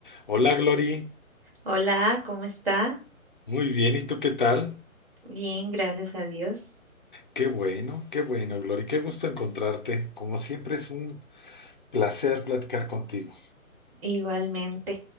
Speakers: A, on the left; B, on the right.
A: Hola Glory,
B: Hola, ¿cómo está?
A: muy bien, ¿y tú qué tal?
B: Bien, gracias a Dios.
A: Qué bueno, qué bueno Glory, qué gusto encontrarte. Como siempre es un placer platicar contigo.
B: Igualmente.